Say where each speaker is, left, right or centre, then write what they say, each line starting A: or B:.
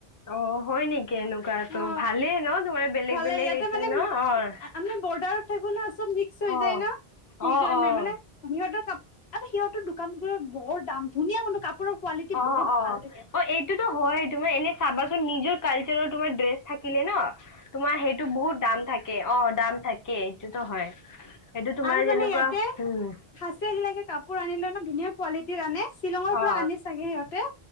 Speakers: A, on the left (about 25°); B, on the left (about 80°).
A: অ', হয় নেকি এনেকুৱাটো
B: অ
A: ভালেই ন, তোমাৰ বেলেগ
B: ভালে
A: বেলেগ
B: ইয়াতে
A: এইটো
B: মানে
A: ন, অ'।
B: আমি বৰ্ডাৰত থাকো ন, চব মিক্স হৈ
A: অ
B: যায় ন, সেইকাৰণেই
A: অ অ
B: মানে সিহঁতৰ কাপ আকৌ সিহঁতৰ দোকান বোৰত বৰ দাম, ধুনীয়া হ'লেও কাপোৰৰ কোৱালিটি
A: অ',
B: বহুত
A: অ',
B: ভাল থাকে
A: অ' এইটোতো হয় তোমাৰ এনে চাবাচোন নিজৰ কালচাৰৰ তোমাৰ ড্ৰেছ থাকিলে ন তোমাৰ সেইটো বহুত দাম থাকে অ', দাম থাকেই এইটোতো হয়। সেইটো তোমাৰ
B: আৰু
A: যেনেকুৱা
B: মানে ইয়াতে
A: উম
B: সাচিয়াগিলাকে কাপোৰ আনিলে ন, ধুনীয়া কোৱালিটিৰ আনে। শ্বিলঙৰ
A: অ
B: পৰা আনে চাগে সিহঁতে।